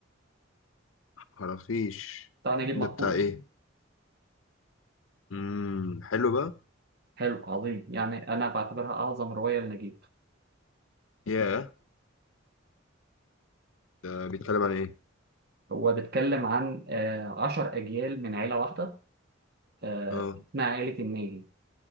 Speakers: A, on the left; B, on the right.
A: خرافيش
B: بتاع نجيب
A: ده
B: محفوظ
A: بتاع ايه امم حلو بقى
B: حلو عظيم يعني انا بعتبرها اعظم روايه لنجيب
A: ياه ده بيتكلم عن ايه
B: هو بيتكلم عن آه، عشر أجيال من عيلة واحدة آه،
A: اه
B: اسمها عيلة الناجي